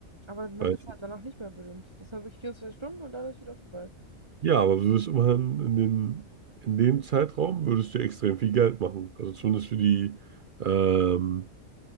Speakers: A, on the right; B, on the right.
A: Aber man
B: Weil
A: ist halt danach nicht mehr berühmt. Das war wirklich 24 Stunden und dann ist wieder vorbei.
B: Ja, aber du wirst immerhin in den, in dem Zeitraum würdest du extrem viel Geld machen. Also zumindest für die, ähm,